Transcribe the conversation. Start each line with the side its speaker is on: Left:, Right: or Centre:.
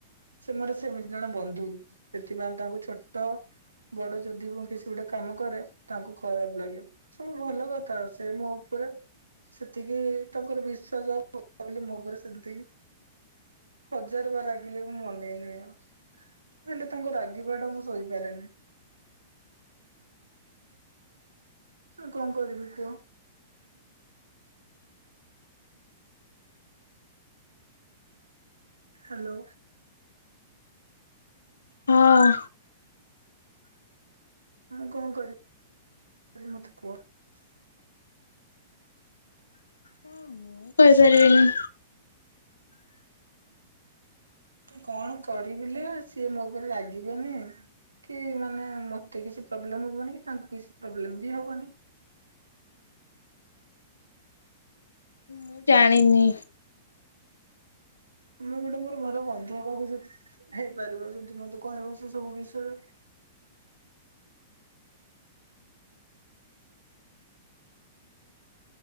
Right: ସେ ମୋର ସେମିତି ଜଣେ ବନ୍ଧୁ ସେଥିପାଇଁ ତାଙ୍କୁ ଛୋଟ ବଡ ଯଦି ମୁଁ କିଛି ଗୋଟେ କାମ କରେ ତାଙ୍କୁ ଖରାପ ଲାଗେ ସବୁ ଭଲ କଥା ସେ ମୋ ଉପରେ ସେତିକି ତାଙ୍କର ବିଶ୍ୱାସ ବୋଲି ମୋ ଉପରେ ସେମତିକି ହଜାର ବାର ରାଗିଲେ ମୁଁ ମନେଇନହିଁ ଆଉ ହେଲେ ତାଙ୍କୁ ରାଗିବାଟା ମୁଁ ଶୋଇପାରେନି ମୁଁ କଣ କରିବି କୁହ? ହାଲୋ
Left: ହଁ।
Right: ମୁଁ କଣ କରିବି ମତେ କୁହ?
Left: ହଁ ମୁଁ କହିପାରିବିନି
Right: କଣ କରିବିଲ ସିଏ ମୋ ଉପରେ ଲାଗିବେନି କି ମାନେ ମତେ କିଛି ପ୍ରୋବ୍ଲେମ ହବନି କି ତାଙ୍କୁ କିଛି ପ୍ରୋବ୍ଲେମ ବି ହବନି।
Left: ମୁଁ ଜାଣିନି
Right: ମୁଁ ଗୋଟେ ମୋର ଘରେ ବନ୍ଧୁ ହବାକୁ ଯି ହେଇପାରିବ ଯଦି ମତେ କହିବ ସେ ସବୁ ବିଷୟରେ